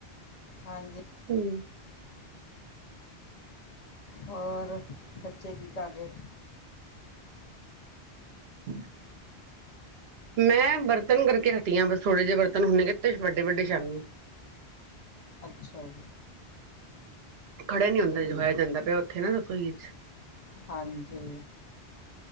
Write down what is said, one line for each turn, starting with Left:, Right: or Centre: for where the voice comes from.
Left: ਹਾਂਜੀ
Right: ਹਮ
Left: ਹੋਰ ਬੱਚੇ ਕੀ ਕਰ ਰਹੇ।
Right: ਹੂੰ,,, ਮੈਂ ਬਰਤਨ ਕਰਕੇ ਹਟੀ ਆ ਬਸ ਥੋੜੇ ਜਿਹੇ ਬਰਤਨ ਹੁੰਣੇ ਕਿ ਵੱਡੇ ਵੱਡੇ ਸ਼ਾਮੀ
Left: ਅੱਛਾ ਜੀ।
Right: ਖੜਿਆ ਨੀ ਹੁੰਦਾ
Left: ਠੀਕ
Right: ਹੋਇਆ ਜਾਂਦਾ
Left: ਹੈ
Right: ਪਿਆ ਉੱਥੇ ਨਾ ਰਸੋਈ ਚ
Left: ਹਾਂਜੀ